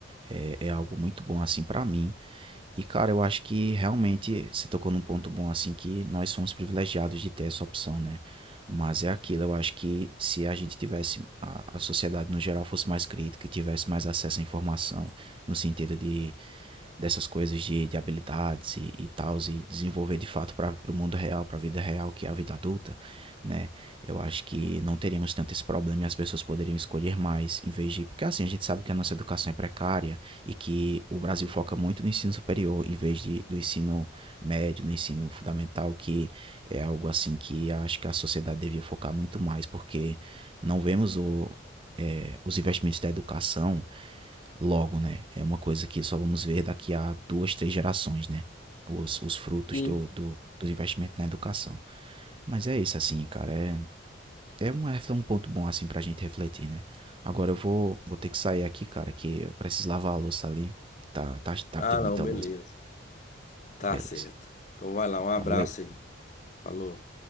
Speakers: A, on the right; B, on the left.
A: é, é algo muito bom assim pra mim. E, cara, eu acho que realmente você tocou num ponto bom, assim, que nós somos privilegiados de ter essa opção, né? Mas é aquilo, eu acho que se a gente tivesse, a, a sociedade no geral fosse mais crítica e tivesse mais acesso à informação, no sentido de dessas coisas de, de habilidades e, e tal, e desenvolver de fato para o mundo real, para a vida real, que é a vida adulta, né? Eu acho que não teríamos tanto esse problema e as pessoas poderiam escolher mais em vez de. Porque assim, a gente sabe que a nossa educação é precária, e que o Brasil foca muito no ensino superior em vez de, do ensino médio, no ensino fundamental, que é algo assim que acho que a sociedade devia focar muito mais, porque não vemos o, é, os investimentos da educação logo, né? É uma coisa que só vamos ver daqui a duas, três gerações, né? Os, os frutos
B: Sim.
A: do, do, do investimento na educação. Mas é isso, assim, cara. É, é um, é um ponto bom assim pra gente refletir, né? Agora eu vou, vou ter que sair aqui, cara, que eu preciso lavar a louça ali. Tá, tá, tá,
B: ah,
A: tem muita
B: não, beleza.
A: louça.
B: Tá
A: Beleza.
B: certo. Então vai lá, um abraço
A: Valeu.
B: aí. Falou.